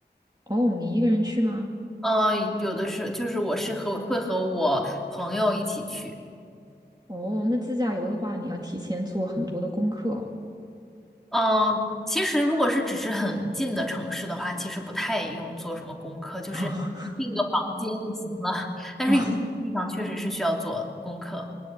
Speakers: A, on the right (about 20°); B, in the centre.
A: 哦，你一个人去吗？
B: 嗯，有的是，就是我是和会和我朋友一起去。
A: 哦，那自驾游的话，你要提前做很多的功课哦。
B: 嗯，其实如果是只是很近的城市的话，其实不太用做什么功课，就是你订个房间就行了。
A: 哦
B: <laughs> 但是远的地方确实是需要做功课，
A: <laughs> 哦